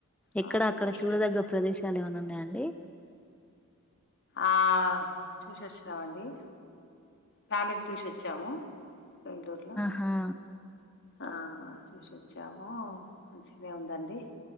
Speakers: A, in the centre; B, on the left.
A: ఎక్కడ
B: ఆ వెళ్ళొచ్చాము
A: అక్కడ చూడదగ్గ ప్రదేశాల్ ఏమన్ ఉన్నాయాండి
B: ఆ చూసిచ్చినావండి ప్యాలెజ్ చూసోచ్చాము <unintelligible>
A: హా
B: ఆ చూసోచ్చాము మంచినే ఉందండి